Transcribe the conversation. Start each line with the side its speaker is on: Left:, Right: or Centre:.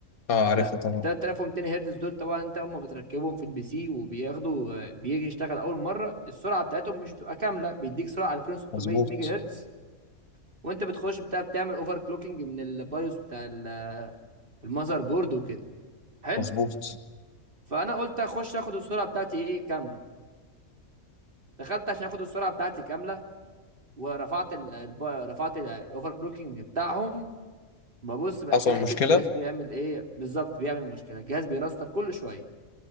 Left: اه عارفها
Right: فال
Left: تمام
Right: 3200 هرتز دول طبعا انت اول ما بتركبهم في البي سي وبياخدوا آه، بيجي يشتغل اول مره السرعه بتاعتهم مش بتبقى كامله بيديك سرعه 2600
Left: مظبوط
Right: ميجا هرتز وانت بتخش بتاع بتعمل اوفر كلوكينج من البايوس بتاع ال- آه، المذر بورد وكده حلو
Left: مظبوط
Right: فانا قلت اخش اخد السرعه بتاعتي ايه كامله دخلت عشان اخد السرعه بتاعتي كامله ورفعت ال... الب- رفعت الاوفر كلوكينج بتاعهم ببص بقى
Left: حصل
Right: كده لقيت
Left: مشكله
Right: الجهاز بيعمل ايه بالظبط بيعمل مشكله الجهاز بيرستر كل شويه